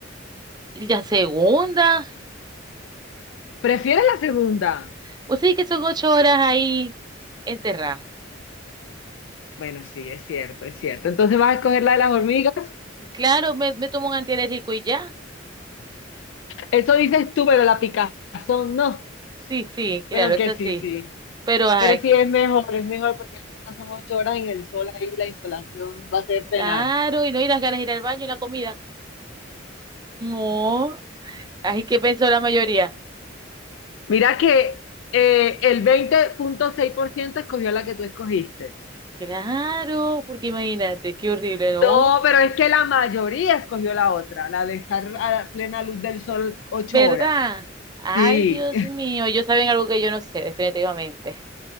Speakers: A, on the right; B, on the left.
A: ¿Y la segunda?
B: ¿Prefieres la segunda?
A: Pues sí que son ocho horas ahí enterrada.
B: Bueno, sí, es cierto, es cierto. Entonces vas a escoger la de las hormigas.
A: Claro, me, me tomo un antialérgico y ya.
B: Eso dices tú, pero la picazón no.
A: Sí, sí, claro,
B: Bueno,
A: eso
B: que sí,
A: sí.
B: sí.
A: Pero, ay,
B: Pero sí
A: que-
B: es mejor, es mejor porque las otras son ocho horas en el sol ahí, la insolación va a ser
A: claro,
B: penal.
A: y no hay las ganas de ir al baño y la comida. No. Ay, ¿qué pensó la mayoría?
B: Mira que eh, el veinte punto seis por ciento escogió la que tú escogiste.
A: Claro, porque imagínate, qué horrible, ¿no?
B: No, pero es que la mayoría escogió la otra, la de estar a la plena luz del sol ocho
A: ¿Verdad?
B: horas.
A: Ay,
B: Sí.
A: Dios mío, ellos saben algo que yo no sé, definitivamente.